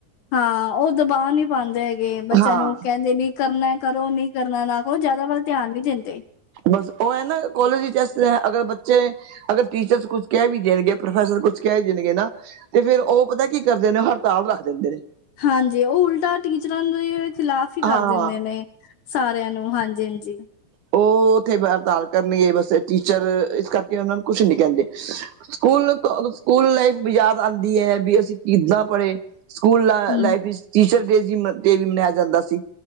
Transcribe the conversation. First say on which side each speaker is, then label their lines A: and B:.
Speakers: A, on the left (about 70°); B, on the right (about 70°).
A: ਹਾਂ, ਉਹ ਦਬਾਅ ਨਹੀਂ ਪਾਉਂਦੇ ਹੈਗੇ, ਬੱਚਿਆਂ
B: ਹਾਂ
A: ਨੂੰ ਕਹਿੰਦੇ, ਨੀ ਕਰਨਾ ਕਰੋ, ਨਹੀ ਕਰਨਾ ਨਾ ਕਰੋ। ਜਿਆਦਾ ਵੱਲ ਧਿਆਨ ਨਹੀਂ ਦਿੰਦੇ।
B: ਬਸ, ਉਹ ਹੈ ਨਾ, ਕਾਲਜ ਵਿੱਚ ਇਸ ਤਰ੍ਹਾਂ ਐ, ਅਗਰ ਬੱਚੇ ਅਗਰ, ਟੀਚਰਸ ਕੁਛ ਕਹਿ ਵੀ ਦੇਣਗੇ, ਪ੍ਰੋਫੈਸਰ ਕੁਛ ਕਹਿ ਦੇਣਗੇ ਨਾ ਤੇ, ਫੇਰ ਉਹ ਪਤਾ ਕੀ ਕਰਦੇ ਨੇ? ਹੜਤਾਲ ਰੱਖ ਦਿੰਦੇ ਨੇ।
A: ਹਾਂਜੀ, ਉਹ ਉਲਟਾ ਟੀਚਰਾਂ, ਦੇ ਖਿਲਾਫ਼ ਹੀ
B: ਹਾਂ
A: ਕਰ ਦਿੰਦੇ ਨੇ। ਸਾਰਿਆਂ ਨੂੰ, ਹਾਂਜੀ ਹਾਂਜੀ।
B: ਉਹ, ਉੱਥੇ ਹੜਤਾਲ ਕਰਨਗੇ, ਬਸ ਟੀਚਰ ਇਸ ਕਰਕੇ ਉਹਨਾਂ ਨੂੰ, ਕੁਛ ਨੀ ਕਹਿੰਦੇ। ਸਕੂਲ -ਸਕੂਲ, ਲਾਈਫ ਵੀ ਯਾਦ ਆਉਂਦੀ ਹੈ। ਵੀ ਅਸੀਂ ਕਿੱਦਾਂ ਪੜ੍ਹੇ? ਸਕੂਲ
A: ਹੂੰ
B: ਲਾਈਫ ਵਿੱਚ, ਟੀਚਰ ਡੇ ਡੇ ਵੀ, ਮਨਾਇਆ ਜਾਂਦਾ ਸੀ